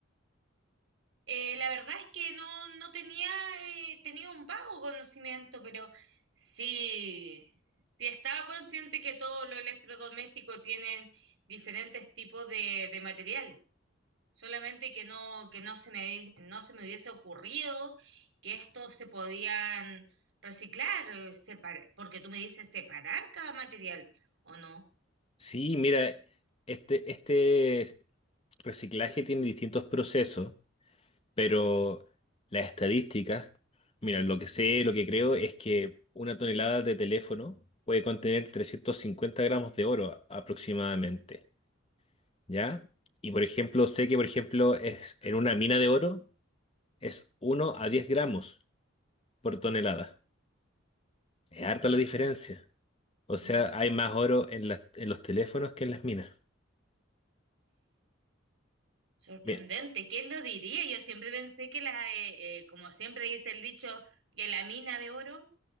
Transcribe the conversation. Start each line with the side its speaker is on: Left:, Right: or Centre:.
Right: Eh, la verdad es que no, no tenía, eh, tenía un vago conocimiento, pero sí, sí estaba consciente que todos los electrodomésticos tienen diferentes tipos de, de material. Solamente que no, que no se me, había- no se me hubiese ocurrido que estos se podían reciclar, eh, separ- porque tú me dices separar cada material, ¿o no?
Left: Sí, mira, este, este reciclaje tiene distintos procesos, pero las estadísticas, mira, lo que sé, lo que creo es que una tonelada de teléfono puede contener 350 gramos de oro a- aproximadamente, ¿ya? Y por ejemplo, sé que por ejemplo es en una mina de oro. es uno a 10 gramos por tonelada. Es harta la diferencia. O sea,
Right: Una diera.
Left: hay más oro en las- en los teléfonos que en las minas.
Right: Sorprendente,
Left: Mira,
Right: ¿quién lo diría? Yo siempre pensé que la, eh, eh, como siempre dice el dicho, que la mina de oro,